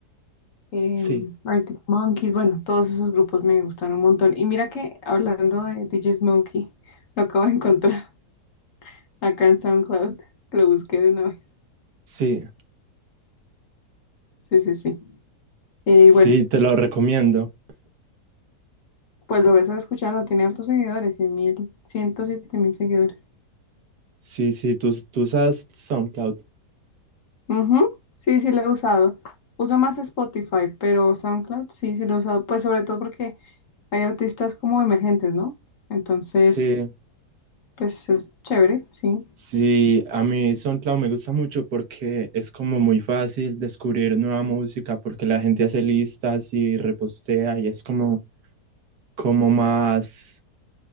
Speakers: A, on the left; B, on the right.
A: eh,
B: Sí,
A: Arctic Monkeys. Bueno, todos esos grupos me gustan un montón. Y mira que hablando de DJ Smokey, lo acabo de encontrar <laughs> acá en SoundCloud. Lo busqué de una vez.
B: sí,
A: Sí, sí, sí. Eh,
B: sí,
A: y bueno,
B: te lo recomiendo.
A: pues lo voy a estar escuchando. Tiene hartos seguidores, 100.000, mil seguidores.
B: Sí, sí, tú, tú usas SoundCloud.
A: Ujú, Sí, sí lo he usado. Uso más Spotify, pero SoundCloud sí, sí lo he usado. Pues sobre todo porque hay artistas como emergentes, ¿no? Entonces,
B: Sí,
A: pues es chévere, sí.
B: Sí, a mí SoundCloud me gusta mucho porque es como muy fácil descubrir nueva música porque la gente hace listas y repostea y es como, como más,